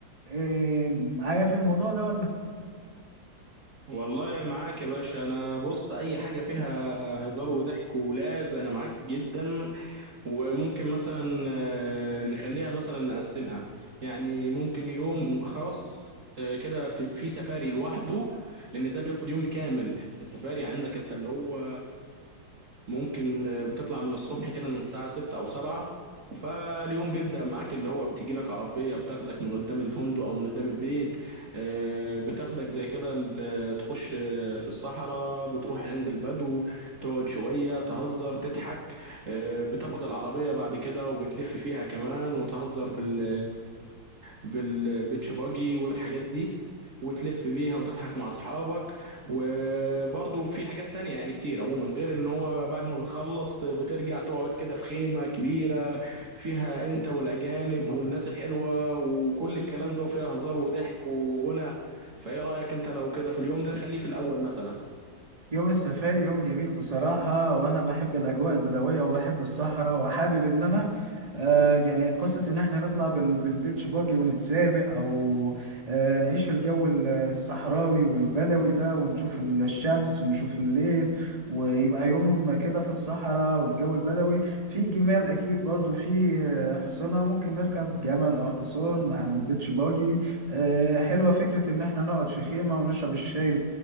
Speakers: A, on the right; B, on the right.
A: آه معايا في الموضوع ده ولا
B: والله معاك يا باشا انا بص اي حاجة فيها هزار وضحك ولعب انا معاك جدا وممكن مثلا آه، نخليها مثلا نقسمها يعني ممكن يوم خاص آه، كده في في سفاري لوحده لان ده بياخد يوم كامل السفاري عندك انت اللي هو ممكن آه، بتطلع من الصبح كده من الساعة ستة أو سبعة فاليوم بيبدأ معاك اللي هو بتجي لك عربية بتاخدك من قدام الفندق أو من قدام البيت آه، بتاخدك زي كده ال- تخش آه، في الصحراء بتروح عند البدو تقعد شوية تهزر تضحك آه، بتاخد العربية بعد كده وبتلف فيها كمان وتهزر بال بالبيتش باجي والحاجات دي وتلف بيها وتضحك مع أصحابك وبرضه في حاجات تانية يعني كتير عموما غير ان هو بعد ما بتخلص بترجع تقعد كده في خيمة كبيرة فيها انت والاجانب والناس الحلوة وكل الكلام ده وفيها هزار وضحك وغنى فايه رأيك انت لو كده في اليوم ده نخليه في الاول مثلا
A: يوم السفاري يوم جميل بصراحة وأنا بحب الأجواء البدوية وبحب الصحراء وحابب إن أنا آه يعني قصة إن إحنا نطلع بال بالبيتش باجي ونتسابق أو آه نعيش الجو ال- الصحراوي والبدوي ده ونشوف ال- الشمس ونشوف الليل ويبقى يوم كده في الصحراء والجو البدوي في جمال أكيد برضو في آه، حصنة ممكن نركب جمل أو حصان مع البيتش باجي آه حلوة فكرة إن إحنا نقعد في خيمة ونشرب الشاي